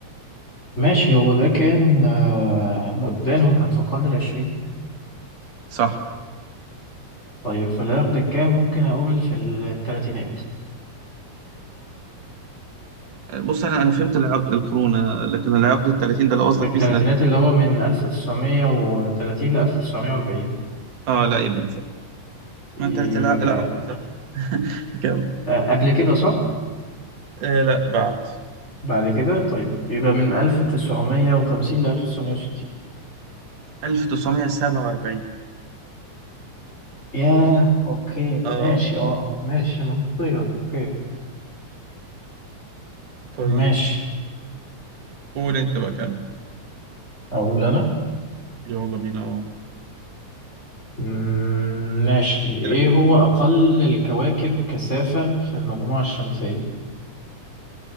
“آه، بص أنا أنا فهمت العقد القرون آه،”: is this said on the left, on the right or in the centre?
Right